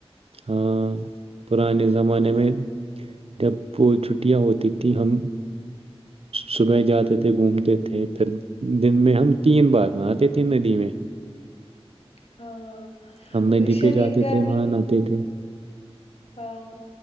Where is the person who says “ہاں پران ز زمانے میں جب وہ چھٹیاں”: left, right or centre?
Right